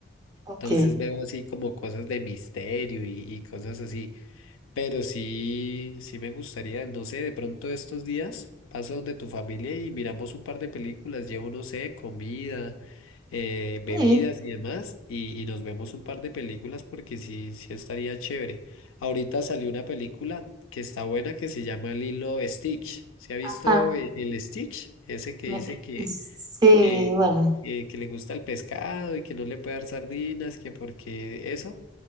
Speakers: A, on the right; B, on the left.
A: Ok.
B: Entonces veo así como cosas de misterio y, y cosas así. Pero sí, sí me gustaría, no sé, de pronto estos días paso donde tu familia y miramos un par de películas. Llevo, no sé, comida, eh, bebidas
A: Sí,
B: y demás. Y, y nos vemos un par de películas porque sí, sí estaría chévere. Ahorita salió una película que está buena que se llama Lilo Stitch. ¿Se ha visto
A: ajá.
B: el, el Stitch? Ese que
A: me-
B: dice
A: Sí,
B: que,
A: bueno.
B: eh, que le gusta el pescado y que no le puede dar sardinas, que porque eso.